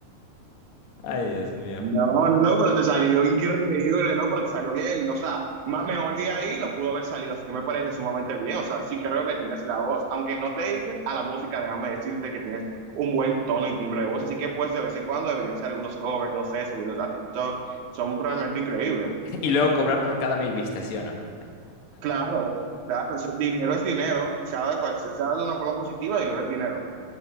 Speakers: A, on the left; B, on the right.
A: Ay, Dios mío.
B: No, no, no, pero te salió increíble, no, pero te salió bien, o sea, más mejor de ahí no pudo haber salido, así que me parece sumamente bien, o sea, sí creo que tienes la voz, aunque no te dediques a la música, déjame decirte que tienes un buen tono y timbre de voz, así que pues de vez en cuando deberías hacer algunos covers, no sé, subirlos a TikTok, son realmente increíbles.
A: Y luego cobrar por cada mil vistas, ¿sí o no?
B: Claro, claro, eso- dinero es dinero, sea de cual, sea de una forma positiva, dinero es dinero.